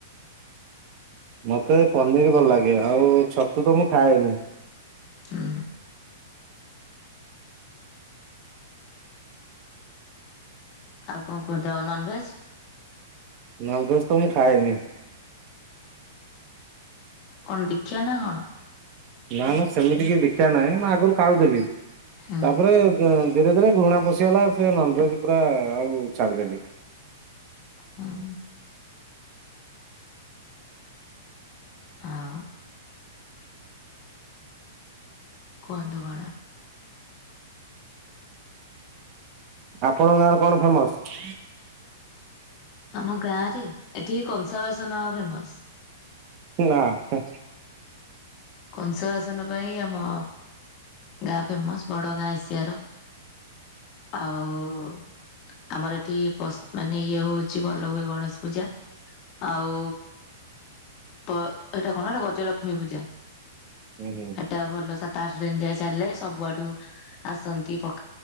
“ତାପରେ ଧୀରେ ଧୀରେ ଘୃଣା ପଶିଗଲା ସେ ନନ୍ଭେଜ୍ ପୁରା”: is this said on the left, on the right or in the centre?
Right